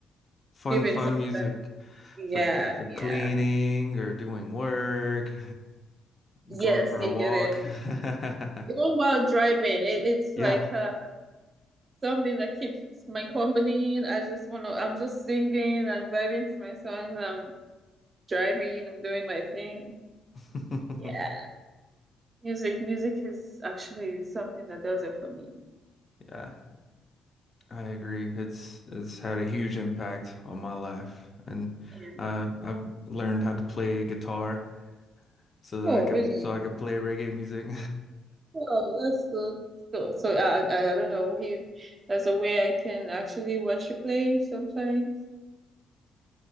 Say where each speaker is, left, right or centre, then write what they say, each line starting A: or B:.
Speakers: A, on the left (about 35°); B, on the right (about 35°).
A: Fun,
B: give
A: fun
B: in some.
A: music
B: Yeah,
A: for for cleaning
B: yeah.
A: or doing work, <laughs>
B: Yes,
A: going for
B: you
A: a walk.
B: get it.
A: <laughs>
B: Even while driving, it, it's
A: Yeah.
B: like uh, something that keeps my company. And I just want to, I'm just singing, I'm vibing to my songs, I'm driving, I'm doing my thing.
A: <laughs>
B: Yeah. Music, music is actually something that does it for me.
A: Yeah, I agree. It's it's had a huge impact on my life. And
B: Yeah.
A: uh I've learned how to play guitar so that
B: Oh,
A: I could
B: really?
A: so I could play reggae music.
B: Oh, that's so, so, so I, I, I don't know if there's a way I can actually watch you play sometimes.